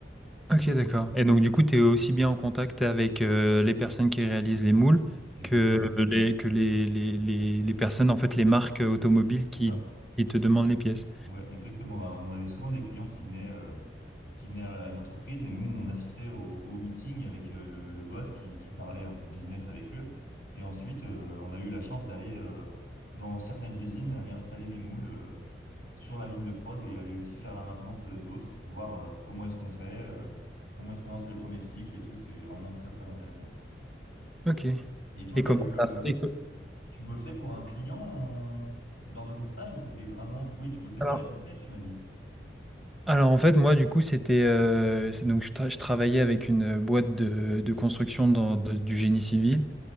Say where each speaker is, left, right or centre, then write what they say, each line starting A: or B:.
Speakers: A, in the centre; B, on the left (about 50°).
A: OK, d'accord. Et donc du coup, tu es aussi bien en contact avec euh, les personnes qui réalisent les moules
B: Exactement.
A: que les, que les, les, les, les personnes, en fait, les marques automobiles
B: C'est
A: qui,
B: ça.
A: qui te demandent les pièces.
B: Ouais, exactement. Bah, on avait souvent des clients qui venaient, euh, qui venaient à à l'entreprise et nous, on assistait au, au meeting avec euh, le, le boss qui, qui parlait un peu business avec eux. Et ensuite, euh, on a eu la chance d'aller euh, dans certaines usines, aller installer les moules euh, sur la ligne de prod et aller aussi faire la maintenance de d'autres, voir euh, comment est-ce qu'on fait, euh, comment est-ce qu'on lance les premiers cycles et tout. C'est vraiment très, très intéressant.
A: OK.
B: Et toi,
A: Et
B: t'as
A: comment
B: eu, euh,
A: t'as- et co-
B: tu bossais pour un client en- lors de ton stage ou c'était vraiment... Oui, tu bossais
A: alors,
B: pour la SNCF, tu m'as dit.
A: alors en fait, moi, du coup, c'était... euh, c'est- donc, je, tra- je travaillais avec une boîte de, de construction dans, de- du génie civil.